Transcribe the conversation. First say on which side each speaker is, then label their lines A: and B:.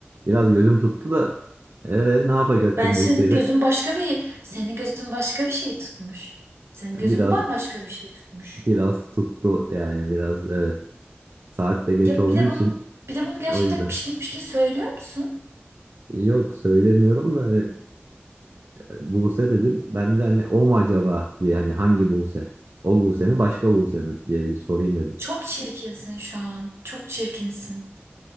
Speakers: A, on the right; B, on the right.
A: Biraz gözüm tuttu da e, ne yapacaksın
B: Ben senin
A: Buse'yle?
B: gözün başka bir senin gözün başka bir şey tutmuş. Senin gözün
A: Biraz
B: bambaşka bir şey tutmuş.
A: biraz tuttu yani biraz evet. Saat de geç
B: Ya
A: olduğu
B: bir de
A: için
B: bunu bir de bunu gerçekten
A: o yüzden.
B: pişkin pişkin söylüyor musun?
A: Yok söylemiyorum da hani, e, Buse dedim. Ben de hani o mu acaba diye hani hangi Buse? O Buse mi başka Buse mi diye bir sorayım dedim.
B: Çok çirkinsin şu an. Çok çirkinsin.